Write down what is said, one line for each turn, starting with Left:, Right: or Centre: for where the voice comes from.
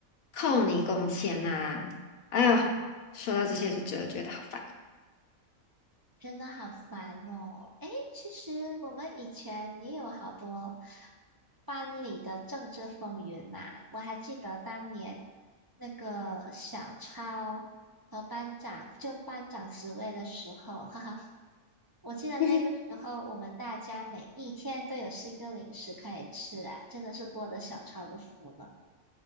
Left: 扣你工钱呐、哎呦，说到这些就觉得觉得好烦哦。
Right: 真的好烦哦！诶，其实我们以前也有好多班里的政治风云呐、我还记得当年那个小超和班长争班长职位的时候，哈哈，我记得那个时候我们大家每一天都有新的零食可以吃啊，
Left: <laughs>
Right: 真的是多得小超的福了。